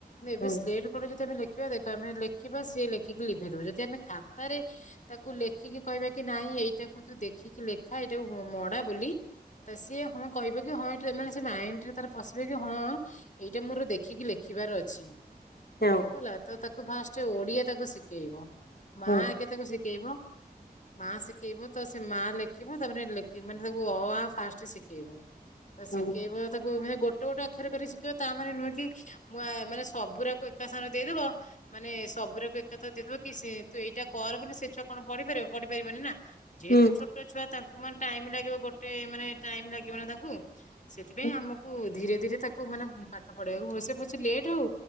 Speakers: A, on the left; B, on the left.
A: ଏବେ
B: ହୁଁ
A: ସ୍ଲେଟ ଖଡ଼ିରେ ଯଦି ଲେଖି ଲଖିବା ଦେଖ ଆମେ ଲେଖିବା ସିଏ ଲେଖିକି ଲିଭେଇଦବା ଯଦି ଆମେ ଖାତାରେ ତାକୁ ଲେଖିକି କହିବା କି ନାଇଁ ଏଇଟା ମୁ ତୁ ଦେଖିକି ଲେଖା ଏଇଟା ମଡା ବୋଲି ତ ସିଏ ହଁ କହିବେ କି ହଁା ମାନେ ସେ ମାଇଣ୍ଡରେ ତାର ପଶିବେ କି ହଁ ଏଇଟା ମୋର ଦେଖିକି ଲେଖିବାର ଅଛି।
B: ହଁ
A: ହେଲା ତ ତାକୁ ଫାଷ୍ଟ ଓଡିଆ ତାକୁ ଶିଖେଇବ। ମା
B: ହୁଁ
A: ଆଗେ ତାକୁ ଶିଖ ଏବଂ ମା ଶିଖେଇବ ତ ସେ ମାଆ ଲେଖିବ ତାପରେ ମାନେ ତାକୁ ଅ ଫାଷ୍ଟ ଶିଖେଇବ।
B: ହୁଁ
A: ଶିଖେଇବା ତାକୁ ଗୋଟେ ଗୋଟ ଗୋଟେ ଆଖିରେ କରି ଶିଖିବ ତା ମାନେ ନୁହେ କି ମୁ ମାନେ ସବୁରାକୁ ଏକା ସ୍ଥାନ ଦେଇଦବ, ମାନେ ସବୁୁର, ତ ଦେଇଦବ କି ତୁ ଏଇଟା କର ବୋଲି ସେ ଛୁଆ କଣ ପଢିପାରିବ ପଢି ପାରିବନି ନା, ଯେ
B: ହୁଁ
A: ତୁ ଛୋଟଛୁଆ ତାକୁ, େ ଟାଇମ ଲାଗିବ ଗୋଟେ ମାନେ ଟାଇମ ଲାଗିବ ନା ତାକୁ। ସେଥିପାଇଁ
B: ହୁଁ
A: ଆମକୁ ଧୀରେ ରେ ତାକୁ ମାନେ ପାଠ ପଢେଇବାକୁ ହ ସେ ପେ ଲେଟ୍ ହଉ